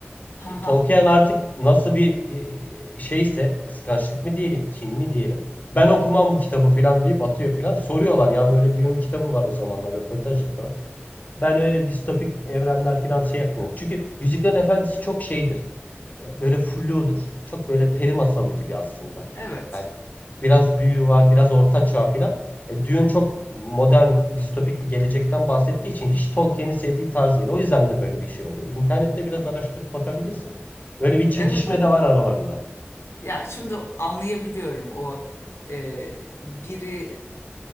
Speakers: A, on the left; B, on the left.
A: Ha
B: E,
A: ha.
B: Tolkien artık nasıl bir e, şeyse kıskançlık mı diyelim, kin mi diyelim. Ben okumam bu kitabı falan deyip atıyor falan. Soruyorlar ya
A: ha.
B: böyle diyor kitabı var o zamanlar röportaj yapıyorlar. Ben öyle distopik evrenler falan şey yapmıyorum. Çünkü Yüzüklerin Efendisi çok şeydir. E, Böyle fludur. Çok böyle peri masalı gibi aslında.
A: Evet.
B: Yani biraz büyü var, biraz orta çağ falan. E, Dune çok modern, distopik bir gelecekten bahsettiği için hiç Tolkien'in sevdiği tarz değil. O yüzden de böyle bir şey oluyor. İnternette biraz araştırıp bakabilirsin. Böyle bir çekişme
A: Evet evet.
B: de var aralarında.
A: Ya şimdi anlayabiliyorum o e, biri